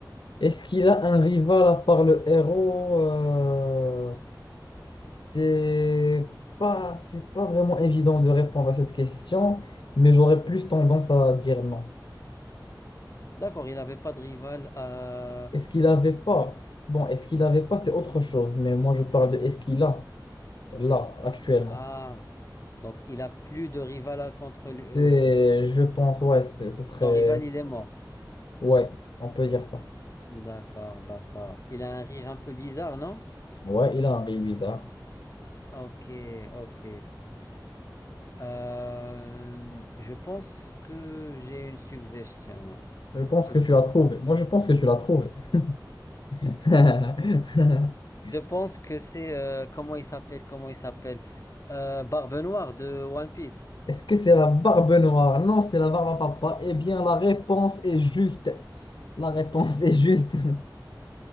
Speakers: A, on the left; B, on the left.
A: Est-ce qu'il a un rival à part le héros? Euh, c'est pas, c'est pas vraiment évident de répondre à cette question, mais j'aurais plus tendance à dire non.
B: D'accord, il n'avait pas de rival à...
A: Est-ce qu'il avait pas? Bon, est-ce qu'il avait pas, c'est autre chose, mais moi je parle de est-ce qu'il a là, actuellement.
B: Ah, donc il a plus de rival à- contre lui. euh,
A: C'est, je pense, ouais, c'est- ce serait.
B: Son rival, il est mort.
A: Ouais, on peut dire ça.
B: D'accord, d'accord. Il a un rire un peu bizarre, non?
A: Ouais, il a un rire bizarre.
B: Ok, ok. Euh, je pense que j'ai une suggestion.
A: Je pense
B: Suggestion.
A: que tu l'as trouvé. Moi, je pense que tu l'as trouvé. <laughs>
B: Je pense que c'est... euh, comment il s'appelle? Comment il s'appelle? Euh, Barbe Noire de One Piece.
A: Est-ce que c'est la barbe noire? Non, c'est la barbe à papa. Eh bien, la réponse est juste. La réponse est juste. <laughs>